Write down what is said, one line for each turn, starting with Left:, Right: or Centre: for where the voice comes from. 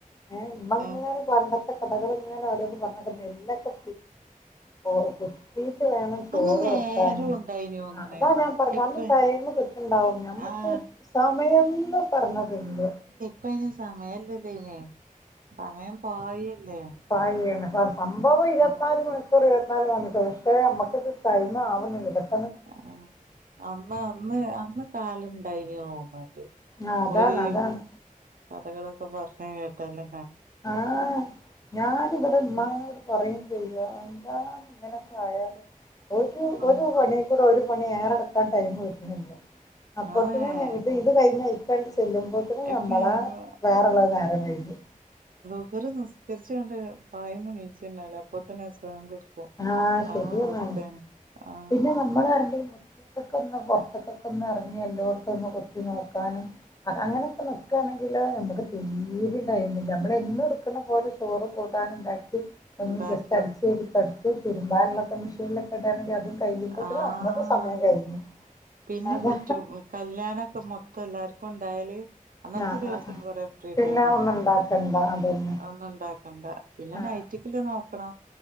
Left: ഏഹ് ഇമ്മങ്ങനെ
Right: ഏഹ്
Left: ത്തെ കഥകൾ ഇങ്ങനെ ഓരോന്ന് പറഞ്ഞ് നെല്ലൊക്കെ <unintelligible> കുത്തിട്ട് വേണം ചോറ്
Right: അന്ന് നേരം
Left: വെക്കാന്.
Right: ഉണ്ടായിനി തോന്ന്ണ്
Left: അതാ ഞാൻ പറഞ്ഞ
Right: ഇപ്പ
Left: അന്ന് ടൈം കിട്ടണ്ടാവും ഞമ്മക്ക്
Right: ആഹ്
Left: സമയംന്ന് പറഞ്ഞതില്ല.
Right: ഇപ്പയിന് സമയല്ലല്ലേ അയിന് സമയം പായല്ലേ.
Left: പായാണ്. സംഭവം
Right: എന്താ
Left: ഇരുപത്തിനാല് മണിക്കൂർ ഇരുപത്തിനാല് മണിക്കൂർ നമ്മുക്കത് ടൈം ആവുന്നില്ല. പെട്ട
Right: ആ അന്ന് അന്ന് അന്ന് കാലണ്ടായിനി തോന്നുണ്ട്.
Left: ആ അതാണ്
Right: ഒരു
Left: അതാണ്
Right: കഥകളൊക്കെ പറഞ്ഞ് കേട്ടാലും
Left: ആഹ് ഞാനിവിടെ ഇമ്മാനോട് പറയും ചെയ എന്താ ഇങ്ങനെയൊക്കെ ആയാല് ഒരു
Right: ആഹ്
Left: ഒരു പണി കൂടെ ഒരു പണി ഏറെട്ക്കാൻ ടൈം കിട്ട്ണില്ല. അപ്പത്തിന്
Right: ആഹ്
Left: ഇത് കഴിഞ്ഞ ചെല്ലുമ്പോത്തിന്
Right: ഇപ്പ
Left: ഞമ്മളെ
Right: നമ്മ
Left: വേറെള്ളത് നേരം കഴിഞ്ഞു.
Right: ളുഹർ നിസ്കരിച്ച്ങ്ങട്ട് പായിന്ന് നീച്ച് കഴിഞ്ഞാല് അപ്പത്തിന് അസർ ബാങ്ക് കൊടുക്കും.
Left: ആഹ് ശരിയാണ്.
Right: ആ അവസ്ഥയാണ് ആഹ്
Left: പിന്നെ നമ്മള് <unintelligible> എടക്കൊന്ന് പുറത്തക്കൊക്കെ ഒന്ന് ഇറങ്ങി എല്ലാട്ത്തും ഒന്ന് കൊത്തി നോക്കാനും അങ്ങനൊക്കെ നിക്കാണ <unintelligible> നമ്മക്ക തീരെ ഇണ്ടായിരുന്നില്ല. എന്നും ഇട്ക്ക്ണ പോലെ ചോറും കൂട്ടാനും ഇണ്ടാക്കീട്ട് ഒന്ന്
Right: ഉണ്ടാക്കിന്ന്
Left: ജസ്റ്റ് അടിച്ചോരി തൊട ച്ച് തിരുമ്പാന്ള്ളൊക്കെ മെഷീനിലൊക്കെ ഇടാണെങ്കി അതും കഴിയുമ്പത്തിന്
Right: ആഹ്
Left: അന്നത്തെ സമയം കഴിഞ്ഞു.
Right: പിന്നെ
Left: അതാ
Right: പറ്റും കല്യാണൊക്കെ മൊത്തം എല്ലാർക്കും ഉണ്ടായാല് അന്നത്തെ
Left: ആ
Right: ദിവസം
Left: ആ ആ
Right: കൊറെ ഫ്രീ
Left: പിന്നെ
Right: ടൈം കിട്ടും.
Left: ഒന്നും ഉണ്ടാക്കണ്ട അതന്നെ
Right: ഒന്നും ഇണ്ടാക്കണ്ട പിന്നെ
Left: ആ
Right: നൈറ്റിക്ക്ല്ല നോക്കണം